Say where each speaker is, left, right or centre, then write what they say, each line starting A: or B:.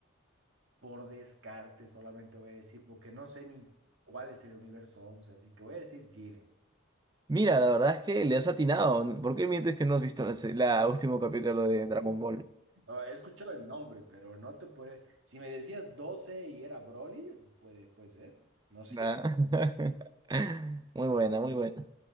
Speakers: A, on the right; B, on the right.
A: por descarte solamente voy a decir, porque no sé ni cuál es el universo 11, así que voy a decir Jiren.
B: Mira, la verdad es que le has atinado. ¿Por qué mientes que no has visto la, se- la último capítulo de Dragon Ball?
A: Ah, he escuchado el nombre, pero no te puede, si me decías 12 y era Broly, puede, puede ser, no <laughs> sé,
B: Nah. <laughs> Muy buena,
A: así
B: muy buena.